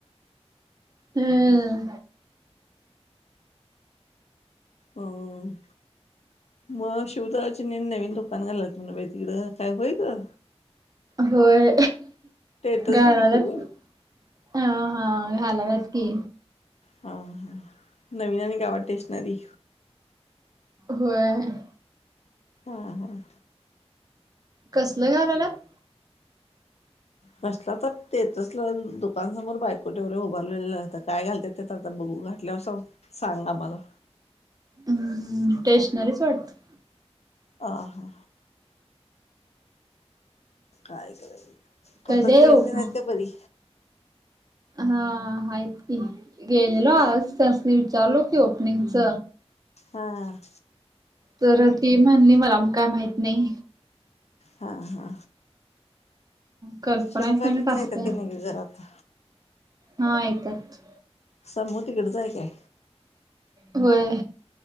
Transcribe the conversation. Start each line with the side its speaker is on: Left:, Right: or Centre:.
Right: हम्म.
Left: हम् म - शिवदल नवीन दुकान घालाय लागल्यात म्हणे बाई तिकडं काय होई ग?
Right: होय
Left: स्टेटस
Right: घालायल्यात
Left: बघितलो ग
Right: की. हा हा घालायल्यात की.
Left: हा हा नवीन आणि गावाड टेशनरी.
Right: होय.
Left: हम् हम्.
Right: कसलं घालायल्यात?
Left: कसला तर तेच दुकानसमोर बायको तेवढी उभारलेलं असत काय घालत तर आता बघू घातल्या वर सांगा मला.
Right: हम् स्टेशनरीच वाटत?
Left: आ हा. काय काय खोताची
Right: कधी आहे
Left: वईनी
Right: ओपनिंग
Left: ते आहेत का बरी?
Right: हा हायत की गेलेलो आज
Left: हा
Right: त्यासनी विचारलो की ओपनिंगच.
Left: हा.
Right: तर ती म्हणाली मला पण काय माहित नाय.
Left: हा हा.
Right: कल्पना
Left: शिमा
Right: संगट
Left: काका
Right: असत्या
Left: तर येतात की नाय येत ग घरात?
Right: हा येत्यात.
Left: सभू तिकडचंय हाय काय?
Right: होय.